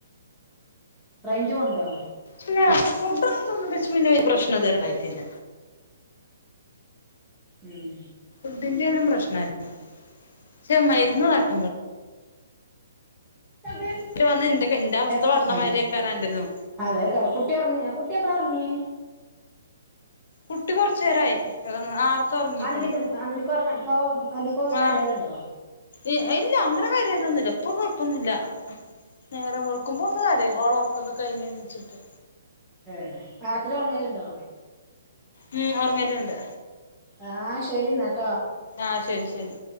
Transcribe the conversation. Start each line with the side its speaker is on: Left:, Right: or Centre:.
Centre: റേഞ്ച് പോണ്ടോ
Left: ഇല്ലാ ഫുഡൊന്നും തിന്നു <unintelligible> പിന്നെ ഒരു പ്രശ്നോം ഇതുവരെ ഇണ്ടായിട്ടില്ല.
Centre: ഉം.
Left: ഫുഡിൻ്റെയൊന്നും പ്രശ്നല്ല പക്ഷെ മരുന്ന് തട്ടുമ്പളാ
Centre: ഉം
Left: ഇവര് വന്ന് ഇന്റെ ഇന്റെ അവസ്ഥ
Centre: എപ്
Left: പറഞ്ഞ മാതിരിയേക്കാരം അന്റെതും
Centre: അതെയ്ക്കാരം കുട്ടി ഒർങ്യാ കുട്ട് ട്ടി എപ്പളാ ഒർങ്ങി
Left: കുട്ടി കൊർച്ചേരായി നാർത്ത ഒറങ്ങിക്കുണു
Centre: അന്തിക്ക് അന്തിക്ക് ഉറങ്ങ ഇപ്പൊ അന്തിക്ക്
Left: ആഹ്
Centre: കരയലുണ്ടോ
Left: ഇ ഇല്ല അങ്ങനെ കരായൊലൊന്നുല്ല ഇപ്പൊകൊർ പ്പൊന്നുല്ല നേരംവെളുക്കുമ്പോന്ന് കരയും ഓളെ ഒറക്കൊക്കെ കയിഞ്ഞെണീച്ച്ട്ട്
Centre: ഏഹ് രാത്രി ഒറങ്ങലുണ്ടോ?
Left: ഉം. ഒർങ്ങല്ണ്ട്
Centre: ആഹ് ശരിന്നാ
Left: ആഹ് ശെരി ശെരി.